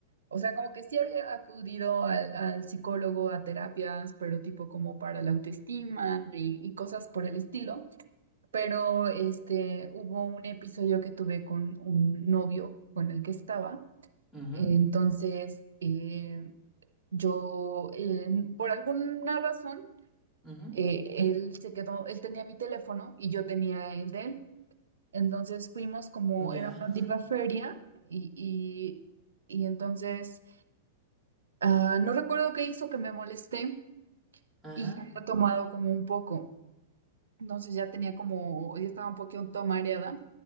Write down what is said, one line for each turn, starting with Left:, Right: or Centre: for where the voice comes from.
Right: O sea, como que sí había acudido al, al psicólogo a terapias, pero tipo como para la autoestima y, y cosas por el estilo, pero este, hubo un episodio que tuve con un novio con el que estaba,
Centre: Ujú,
Right: entonces... eh, yo, eh, por alguna razón,
Centre: ujú,
Right: eh, él se quedó, él tenía mi teléfono y yo tenía el de él. Entonces fuimos como,
Centre: Ya.
Right: era una tipa feria y, y, y entonces ah, no recuerdo qué hizo que me molesté
Centre: Ajá.
Right: y ya había tomado como un poco. Entonces ya tenía como, ya estaba un poquito mareada.